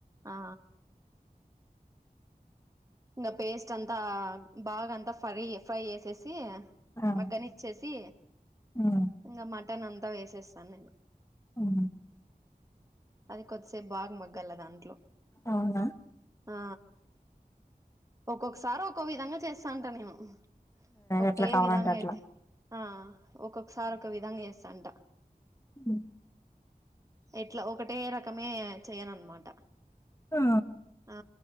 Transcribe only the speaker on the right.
ఆ ఇంగ పేస్ట్ అంతా బాగా అంతా ఫ్రై ఫ్రై చేసేసి
మగ్గనిచ్చేసి
ఇంకా మటన్ అంతా వేసేస్తాను నేను
అది కొద్దిసేపు బాగా మగ్గాల దాంట్లో
ఆ ఒక్కొక్కసారి ఒక్కొ విధంగా చేస్తాంట నేను ఒకటే
విధంగా
అయితే ఆ ఒక్కొక్కసారి ఒక విధంగా చేస్తాంట
ఎట్లా ఒకటే రకమే చెయనన్నమాట
ఆ